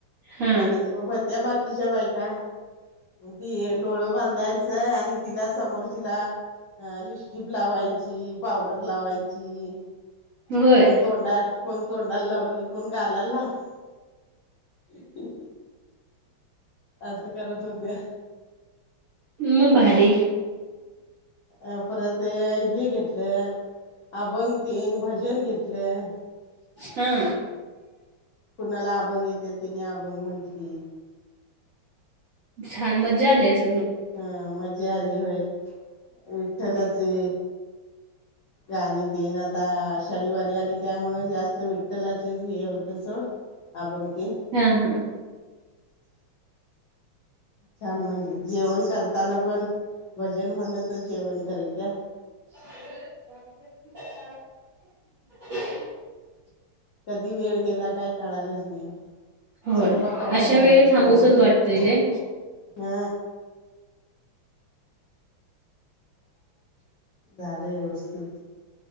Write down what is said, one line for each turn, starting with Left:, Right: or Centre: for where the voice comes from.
Right: हा
Left: आणि हो त्या बाकीच्या बायका ती डोळं बांधायचं आणि तिला समोरची ला लिपस्टिक लावायची पावडर लावायची.
Right: होय
Left: कोण तोंडा कोण तोंडाला लावली कोण गालाला लावली. असं करत होत्या.
Right: मग भारी
Left: अ परत हे घेतले अभंग तेन भज भजन घेतलं.
Right: हा.
Left: कुणाला अभंग येते त्यांनी अभंग म्हंटली.
Right: छान मजा आली असल.
Left: हा मज्जा आली होय विठ्ठलाची गाणी तेन आता आषाढी वारी आली त्यामुळ जास्त विठ्ठलाचे हे होत सोड अभंग ते.
Right: हा हा.
Left: छान म्हणली जेवण करताना पण भजन म्हणत जेवण करत्या.
Right: <inaudible>
Left: कधी वेळ गेला काय कळालच नाही.
Right: होय
Left: स्वयंपाक आवाज
Right: अशा
Left: आला
Right: वेळी
Left: तुझा
Right: थांबूसच वाटतय
Left: <unintelligible>
Right: लय
Left: झालं व्यवस्थित.